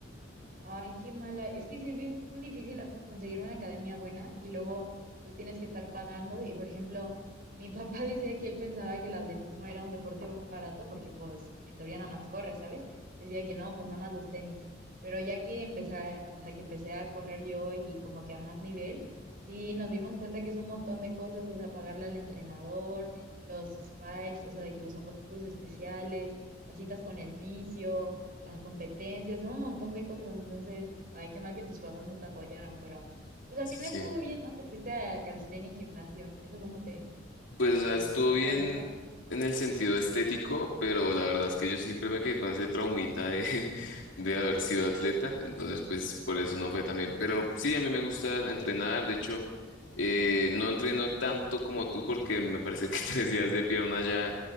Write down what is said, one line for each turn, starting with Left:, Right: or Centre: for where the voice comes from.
Right: Ay, qué mala. Es que sí es bien difícil a- conseguir una academia buena y luego pues tienes que estar pagando. Y por ejemplo, mi papá <laughs> decía que él pensaba que el atletismo era un deporte barato porque pues en teoría nada más corre, ¿sabes? Decía que no, pues nada más los tenis. Pero ya que empecé a, o sea, que empecé a correr yo y como que a más nivel, sí nos dimos cuenta que es un montón de cosas, o sea, pagarle al entrenador, los spikes, o sea, de que los zapatos especiales, las citas con el fisio las competencias, ¿no? Un montón de cosas. Entonces, ay, qué mal que tus papás no te apoyaron, pero pues al
Left: sí.
Right: final estuvo bien, ¿no? Te fuiste a calistenia y gimnasio. ¿Eso cómo te,
Left: Pues, o
Right: te,
Left: sea, estuvo
Right: sí
Left: bien
Right: te gusta?
Left: en el sentido estético, pero la verdad es que yo siempre me quedé con ese traumita de, <laughs> de haber sido atleta, entonces pues por eso no fue tan bien. Pero sí, a mí me gusta entrenar, de hecho, eh, no entreno tanto como tú porque me parece que <laughs> tres días de pierna ya,